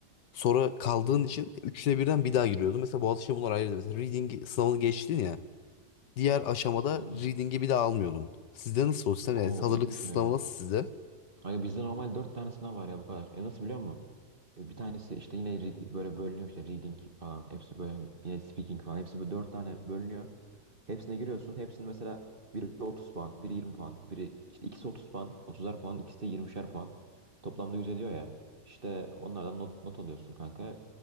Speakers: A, on the left (about 80°); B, on the right (about 30°).
A: Sonra kaldığın
B: hı hı.
A: için üçüne birden bir daha giriyordun. Mesela Boğaziçi'nde bunlar ayrıydı. Mesela reading sınavını geçtin ya. Diğer aşamada
B: Aynen.
A: reading'i bir daha almıyordun. Sizde nasıl o sistem? Yani
B: Oo
A: hazırlık
B: iyiymiş
A: sınavı
B: o ya.
A: nasıl sizde?
B: Kanka bizde normal dört tane sınav var ya bu kadar. Ya nasıl biliyor musun? E, Bir tanesi işte yine re- böyle bölünüyor işte reading falan. Hepsi böyle hani yine speaking falan. Hepsi böyle dört tane bölünüyor. Hepsine giriyorsun. Hepsini mesela biri 30 puan, biri 20 puan, biri işte ikisi 30 puan, 30'ar puan, ikisi de yirmişer puan. Toplamda 100 ediyor ya. İşte onlardan not, not alıyorsun kanka.